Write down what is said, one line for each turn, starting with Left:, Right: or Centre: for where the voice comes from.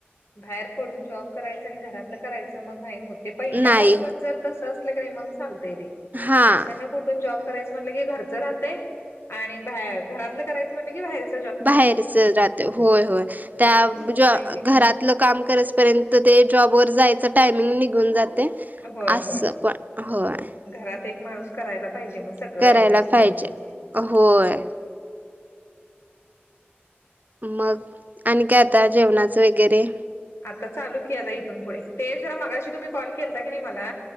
Left: बाहेर पडून जॉब करायचं आणि घरातलं करायचं मग नाही होत पहिल्यापून
Right: नाही
Left: त असग चालतय क
Right: हा
Left: ज करायचं म्हटलं की घरचं राहते आणि बार घरातलं करायचं म्हटलं की बाहेरच
Right: बाहेरच ज होय होय त्या
Left: ऍडजस्ट होत नाही ते
Right: घरात लं काम कररापर्यंत ते जॉब वर जायच टायमिंग निघून जाते
Left: होय
Right: अस
Left: होय
Right: पण होय
Left: घरात एक माणूस करायला पाहिजे मग सगळं
Right: करायला
Left: ऍडजस्ट
Right: पाहिजे
Left: करून ते
Right: होय मग आणि काय आता जेवणाचं वगैरे
Left: आता चालू की आता इथून पुढे ते जरा मगाशी तुम्ही कॉल केलता की नाही मला